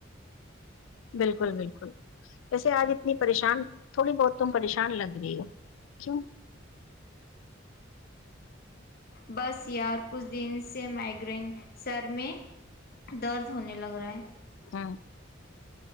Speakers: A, on the left; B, on the left.
A: بالکل بالکل ویسے آج اتنی پریشان تھوڑی بہت تم پریشان لگ کیوں
B: بس یار کچھ دن سے مائگرین سر میں درد ہونے لگ رہا ہے
A: ہمم